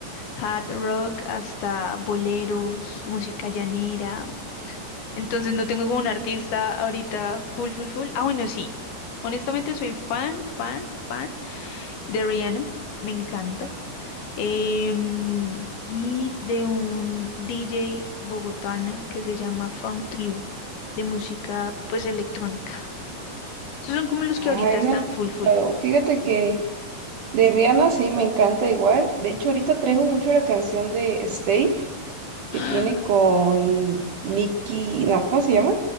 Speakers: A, on the left; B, on the right.
A: hard rock hasta boleros, música llanera. Entonces no tengo como un artista ahorita full, full, full. Ah, bueno, sí. Honestamente soy fan, fan, fan de Rihanna. Me encanta. Em, y de un DJ bogotano que se llama Funk Tribu, de música pues electrónica. Esos son como los
B: Ay,
A: que ahorita están
B: no lo he escuchado.
A: full, full, full.
B: Fíjate que de Rihanna sí me encanta igual. De hecho, ahorita traigo mucho la canción de Stay, que
A: <gasps> ¡Ah!
B: tiene con Mickey, no, ¿cómo se llama?